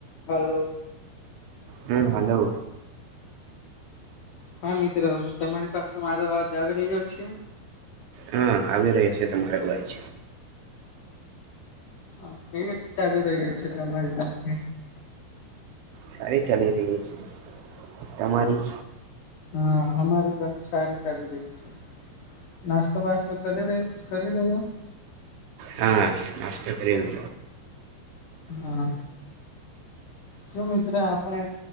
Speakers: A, on the left; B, on the right.
A: Hello!
B: હમ hello,
A: હા, મિત્ર તમારી પાસે મારો અવાજ આવી રહ્યો છે?
B: હા આવી રહ્યો છે, તમારે ઉવાજ.
A: હા, કેવી રીત ચાલુ રહયુ છે તમારી સાથે?
B: સારી ચાલી રહી છે. તમારી?
A: હા હમારે પણ, સારી ચાલી રહી છે. નાસ્તો વાસ્તો કરી કરી રહ્યો?
B: હા નાસ્તો કરયો.
A: હા, સુ મિત્ર આપણે?